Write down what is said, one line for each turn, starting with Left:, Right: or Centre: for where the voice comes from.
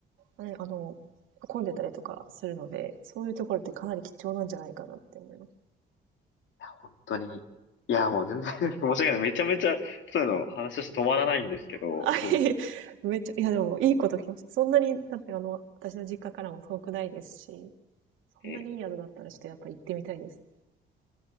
Right: ね、あの、混んでたりとかするので、そういうところってかなり貴重なんじゃないかなって思います。
Left: 本当に。いや、もう全然 <laughs> 申し訳ない。めちゃめちゃ、そういうの話をして止まらないんですけど、
Right: <laughs> あ、
Left: そうですね。
Right: いいめっちゃ、いやでも、いいこと聞きました。そんなに、だってあの、私の実家からも遠くないですし、そんなにいい宿だったらちょっとやっぱ行ってみたいです。
Left: ええ